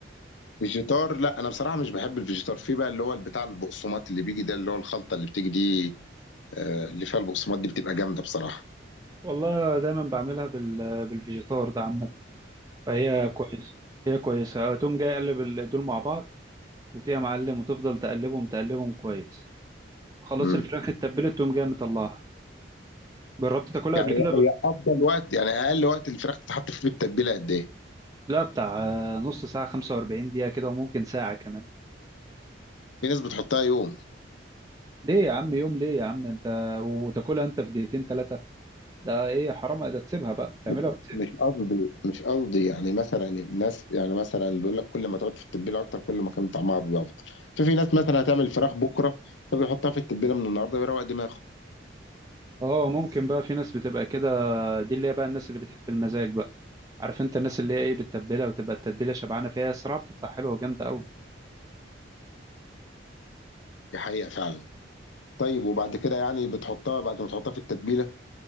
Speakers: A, on the left; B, on the right.
A: فيجيتار لا انا بصراحه مش بحب الفيجيتار في بقى اللي هو بتاع البقسماط اللي بيجي ده اللي هو الخلطه اللي بتيجي دي آه اللي فيها البقسماط دي بتبقى جامده بصراحه
B: والله أنا دايما بعملها بال بالفيجيتار ده عامه فهي كويسه هي كويسه أه، تقوم جاي قلب ال- دول مع بعض وتقوم معلم وتفضل تقلبهم تقلبهم كويس خلاص
A: امم
B: الفراخ اتبلت تقوم جاي مطلعها جربت تاكلها
A: يعني
B: قبل كده ب...
A: هي افضل وقت يعني اقل وقت الفراخ تتحط فيه التتبيله قد ايه
B: لا بتاع آه، نص ساعه 45 دقيقه كده وممكن ساعه كمان
A: في ناس بتحطها يوم
B: ليه يا عم يوم ليه يا عم انت وتاكلها انت في دقيقتين ثلاثه ده ايه حرام ده تسيبها بقى تعملها
A: مش
B: وتسيبها
A: مش قصدي مش قصدي يعني مثلا الناس يعني مثلا بيقول لك كل ما تقعد في التتبيله اكتر كل ما كان طعمها بيبقى افضل ففي ناس مثلا هتعمل فراخ بكره فبيحطها في التتبيله من النهارده ويروق دماغه
B: اه ممكن بقى في ناس بتبقى كده دي اللي هي بقى الناس اللي بتحب المزاج بقى عارف انت الناس اللي هي ايه بتتبلها وتبقى التتبيله شبعانه فيها الصراحه بتطلع حلوه وجامده قوي
A: دي حقيقه فعلا طيب وبعد كده يعني بتحطها بعد ما تحطها في التتبيله